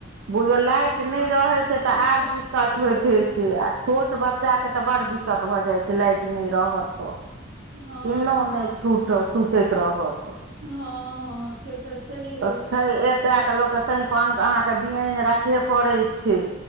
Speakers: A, on the right; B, on the right.
A: बुझो लाइट नै रहैत छय, तऽ
B: होइत
A: आर
B: कऽ
A: दिक्कत
B: सुतेलियै
A: होयइत हो छय। से आ छोट बच्चाके तऽ बड़ दिक्कत भऽ जाइत छै लाइट नहि रहत तऽ।
B: हँ
A: किनो नहि छूट सुतैत रहत।
B: न हँ। से तऽ छय।
A: तऽ छय एकटाके लोक तैहिप अहाँके बियन राखे पड़ै छय।